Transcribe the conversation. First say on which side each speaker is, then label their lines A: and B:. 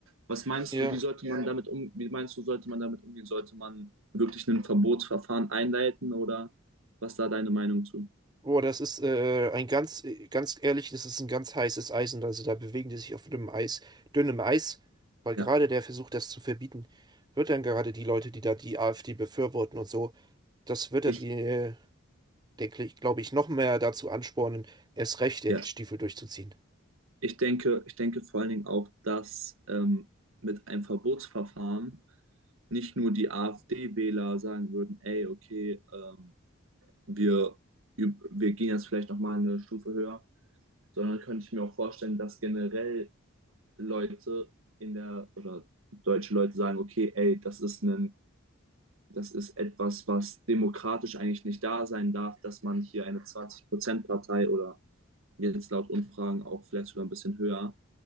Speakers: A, on the right; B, on the right.
A: Was meinst
B: Ja.
A: du, wie sollte man damit um, wie meinst du, sollte man damit umgehen? Sollte man wirklich ein Verbotsverfahren einleiten oder was ist da deine Meinung zu?
B: Boah, das ist äh, ein ganz, äh, ganz ehrlich, das ist ein ganz heißes Eisen. Also da bewegen die sich auf dünnem Eis, dünnem Eis, weil
A: Ja,
B: gerade der Versuch, das zu verbieten, wird dann gerade die Leute, die da die AfD befürworten und so, das wird
A: ich,
B: dann die, äh, denke ich, glaube ich, noch mehr dazu anspornen, erst recht den
A: ja.
B: Stiefel durchzuziehen.
A: Ich denke, ich denke vor allen Dingen auch, dass ähm, mit einem Verbotsverfahren nicht nur die AfD-Wähler sagen würden, ey, okay, ähm, wir, üb- wir gehen jetzt vielleicht nochmal eine Stufe höher, sondern könnte ich mir auch vorstellen, dass generell Leute in der, oder deutsche Leute sagen, okay, ey, das ist ein, das ist etwas, was demokratisch eigentlich nicht da sein darf, dass man hier eine 20-Prozent-Partei oder jetzt laut Umfragen auch vielleicht sogar ein bisschen höher,